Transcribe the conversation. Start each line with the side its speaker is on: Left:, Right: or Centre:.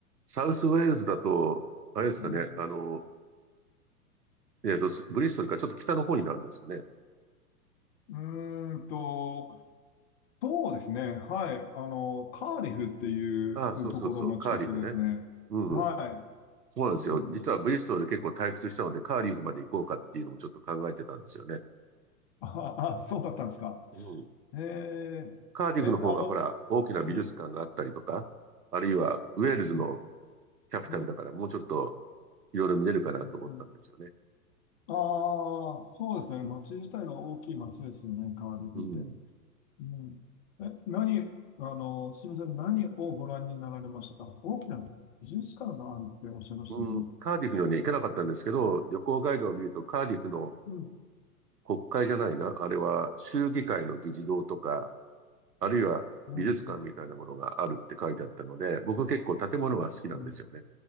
Right: サウスウェールズだと、あれですかね、
Left: ん、
Right: あの、えっと、ブリストルからちょっと北の方になるんですかね。
Left: うーんと、そうですね。はい。あの、カーディフっていうところの近くですね。
Right: ああ、そうそうそう、カーディフね。うん
Left: は
Right: そうなんですよ。
Left: い。うん。
Right: 実はブリストルで結構退屈したので、カーディフまで行こうかっていうのもちょっと考えてたんですよね。
Left: あ、あ、そうだったんですか。
Right: うん。
Left: えー、
Right: カーディフの方がほら、
Left: え、あの、
Right: 大きな美術館があったりとか、
Left: うん、
Right: あるいはウェールズの
Left: うん、
Right: キャピタルだからもうちょっと
Left: うん、
Right: いろいろ見れるかなと思ったんですよね。
Left: うん。うんああ、そうですね。町自体は大きい町ですよね、カーディフって。
Right: うん。
Left: うん。え、何、あの、すみません。何をご覧になられました大きな美術館があるっておっしゃいましたよね。
Right: うん、カーディフにはね、行けなかったんですけど、旅行ガイドを見るとカーディフの
Left: うん、
Right: 国会じゃないな、あれは州議会の議事堂とか、あるいは美術館みたいなものがあるって書いてあったので、
Left: うん、うん。
Right: 僕結構建物が好きなんですよね。
Left: うん